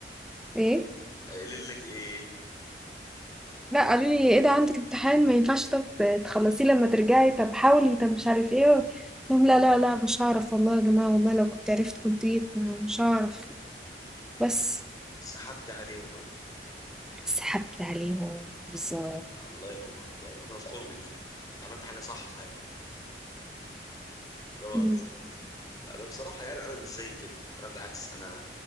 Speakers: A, in the centre; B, on the left.
A: ايه
B: قايل لك ايه
A: لا قالوا لي ايه ده عندك امتحان ما ينفعش طب تخلصيه لما ترجعي طب حاولي طب مش عارف ايه قلت لهم لا لا لا مش هعرف والله يا جماعة والله لو كنت عرفت كنت جيت مش هعرف بس
B: سحبت عليهم ها
A: سحبت عليهم بالظبط
B: الله ينور الله ينور انا فخور بيكي انت عملت حاجه صح في حياتك لا بهزر
A: مم.
B: لا بهزر. لا، انا بصراحه يعني انا مش زي كده انا بالعكس انا